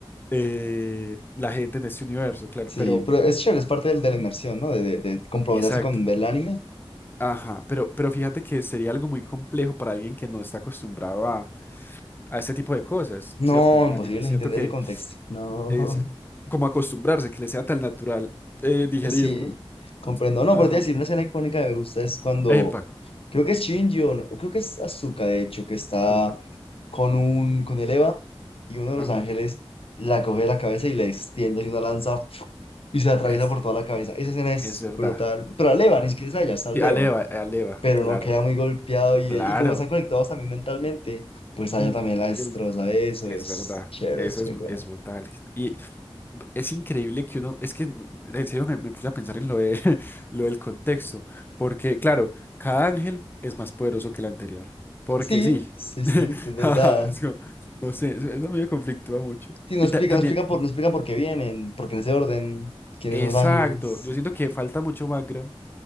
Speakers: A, on the left; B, on the left.
A: eh, la gente en este universo, claro,
B: Sí,
A: pero,
B: pero es chévere, es parte del, de la inmersión, ¿no? De, de, de comprometerse
A: Exacto.
B: con ver el anime.
A: ajá, pero, pero fíjate que sería algo muy complejo para alguien que no está acostumbrado a, a este tipo de cosas,
B: No,
A: ¿cierto? En el
B: imposible
A: anime, siento
B: entender
A: que
B: ese contexto. No,
A: es como acostumbrarse, que le sea tan natural eh, digerirlo.
B: sí, comprendo. No,
A: Ajá.
B: pero te voy a decir, una escena icónica que me gusta es cuando,
A: Eh, Paco,
B: creo que es Shinji o no- creo que es Asuka, de hecho, que está
A: contame.
B: con un, con el Eva y uno de
A: Ajá.
B: los ángeles la coge de la cabeza y le extiende así una lanza y se la atraviesa
A: Es,
B: por toda la cabeza. Esa escena es
A: es verdad.
B: brutal. Pero a Levan, ni siquiera es allá, está
A: Sí,
B: Levan.
A: Aleva, Aleva,
B: Pero
A: claro,
B: uno queda muy golpeado y,
A: claro.
B: y como están conectados también mentalmente, pues allá
A: Ujú,
B: también la destroza. Eso
A: Es
B: es
A: verdad,
B: chévere,
A: eso
B: es
A: es,
B: muy bueno.
A: es brutal. Y es increíble que uno, es que en serio me, me puse a pensar en lo de, <laughs> lo del contexto, porque claro, cada ángel es más poderoso que el anterior, porque
B: Sí,
A: sí,
B: sí,
A: <laughs>
B: sí, es verdad.
A: Ajá, es como, no sé, eso, eso a mí me conflictúa mucho.
B: Sí, no
A: Y
B: explica,
A: ta- también,
B: no explica por, no explica por qué vienen, porque en ese orden, quiénes
A: exacto,
B: son los ángeles.
A: yo siento que falta mucho background